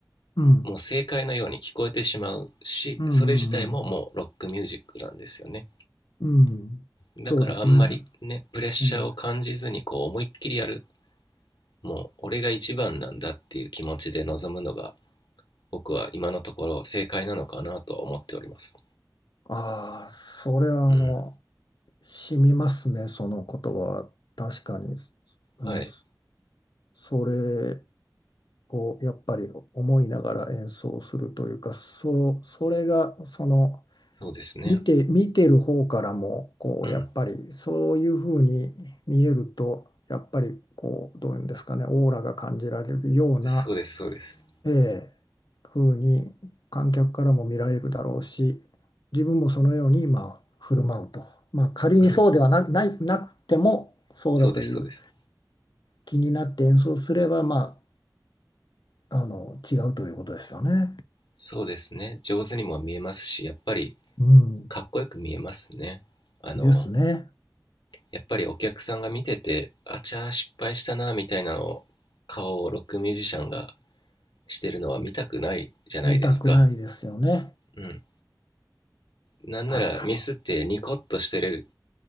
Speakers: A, on the left; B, on the left.
A: うん。
B: もう正解のように聞こえてしまうしそれ自体ももうロックミュージックなんですよね
A: うん。うん。うんそうですね。
B: だからあんまりねプレッシャーを感じずにこう思いっきりやる
A: うん。
B: もう俺が一番なんだっていう気持ちで臨むのが僕は今のところ正解なのかなと思っております
A: ああ、それはあの、
B: うん
A: 染みますね、その言葉。確かに。うん。
B: はい
A: それをやっぱり思いながら演奏するというか、そ、それがその、
B: そうですね
A: 見て、見てる方からもこうやっぱりそういうふうに見えるとやっぱりこうどういうんですかねオーラが感じられるような、
B: うん、うん、そうですそうです
A: ええ、ふうに観客からも見られるだろうし自分もそのように今振る舞うと、まあ、仮にそうではな、
B: うん
A: ない、なくてもそうだという
B: そうですそうです
A: 気になって演奏すれば、まあ、あの違うということですよね。
B: そうですね。上手にも見えますし、やっぱり
A: うん、
B: かっこよく見えますね。あの、
A: ですね。
B: やっぱりお客さんが見てて、あちゃー失敗したなみたいなのを顔をロックミュージシャンがしてるのは見たくないじゃないですか。
A: 見たくないですよね。
B: うん。なんならミスってニコッとしてる
A: 確かに。